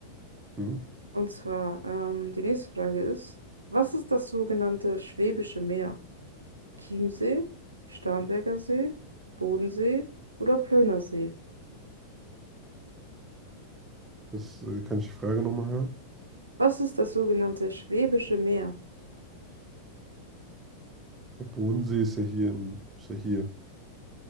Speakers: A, on the right; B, on the right.
A: hm.
B: Und zwar, ähm, die nächste Frage ist, was ist das sogenannte Schwäbische Meer? Chiemsee, Starnberger See, Bodensee oder Plöner See?
A: Das äh, kann ich die Frage nochmal hören.
B: Was ist das sogenannte Schwäbische Meer?
A: Der Bodensee ist ja hier in, ist ja hier.